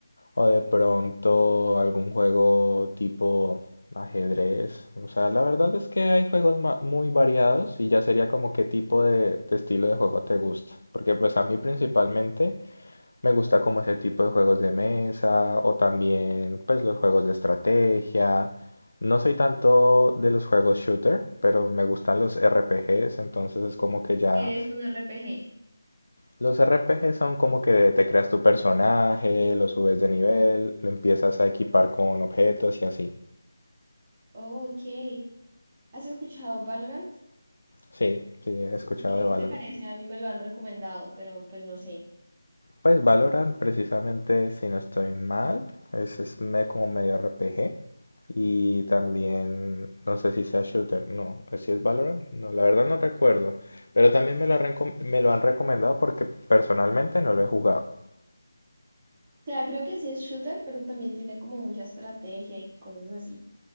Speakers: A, on the left; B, on the right.
A: O de pronto algún juego tipo ajedrez. O sea, la verdad es que hay juegos ma- muy variados y ya sería como qué tipo de, de estilo de juego te gusta. Porque pues a mí principalmente me gusta como ese tipo de juegos de mesa o también pues los juegos de estrategia. No soy tanto de los juegos shooter, pero me gustan los RPGs, entonces es como que ya
B: ¿Qué es un RPG?
A: los RPG son como que te creas tu personaje, lo subes de nivel, lo empiezas a equipar con objetos y así.
B: Oh, ok. ¿Has escuchado Valorant?
A: Sí, sí, he escuchado
B: ¿Y qué,
A: de Valorant.
B: qué te parece? A mí me lo han recomendado, pero pues no sé.
A: Pues Valorant, precisamente, si no estoy mal, es, es me- como medio RPG. Y también, no sé si sea shooter, no, si es Valorant, no, la verdad no recuerdo. Pero también me lo, han recom- me lo han recomendado porque personalmente no lo he jugado.
B: O sea, creo que sí es shooter, pero también tiene como mucha estrategia y cosas así.